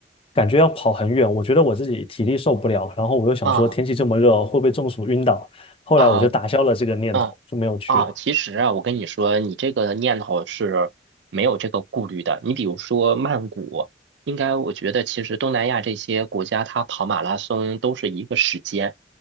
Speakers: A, on the left (about 30°); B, on the right (about 80°).
A: 感觉要跑很远，我觉得我自己体力受不了，然后我又想说天气这么热会不会中暑晕倒，
B: 啊
A: 后来我就打消了这个念头，
B: 啊啊，嗯啊，
A: 就没有去了。
B: 其实啊，我跟你说，你这个念头是没有这个顾虑的。你比如说曼谷，应该我觉得其实东南亚这些国家，它跑马拉松都是一个时间。